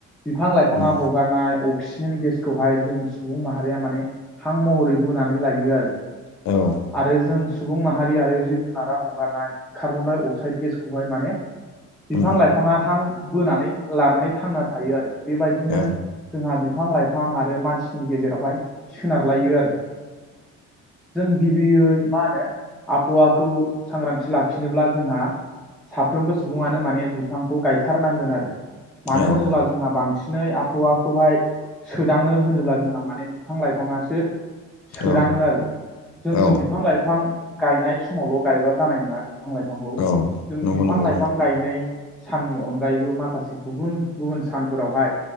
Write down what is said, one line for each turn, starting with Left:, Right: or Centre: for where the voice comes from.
Centre: बिफां लाइफाङा
Left: औ उम
Centre: हगारनाय अक्सिजेन गेसखौहाय जों सुबुं माहारिया माने। हां महरै बोनानै लायो आरो।
Left: औ
Centre: आरो जों सुबुं माहारि आरो जिब जुनारा हगारनाय कार्बन दडाइ अक्साइद गेसखौहाय माने बिफां
Left: उम
Centre: लाइफाङा हां बोनानै लानानै थांना थायो आरो बेबायदिनो
Left: औ
Centre: जोंहा बिब बिफां लाइफां आरो मानसिनि गेजेरावहाय सोनारलायो आरो जों बि बियै मा होनो आबहावाखौ सांग्रांथि लाखिनोब्ला जोंहा साफ्रोमबो सुबुङानो माने बिफांखौ गावथारनाय नांगोन आरो। मानो
Left: औ
Centre: होनोबा जोंहा बांसिन सिनै आबहावाखौहाय सोदाङो होनोब्ला जोंहा माने बिफां-लाइफाङासो। सोदाङो
Left: औ
Centre: आरो जोङो
Left: औ
Centre: बिफां लाइफां गायनाय समावल' गायबा जानाय नङा बिफां लाइफांखौ।
Left: औ
Centre: जों
Left: नंगौ
Centre: बिफां
Left: नंगौ
Centre: लाइफां गायनाय साननि अनगायैबो माखासे गुबुन गुबुन सानफोरावहाय।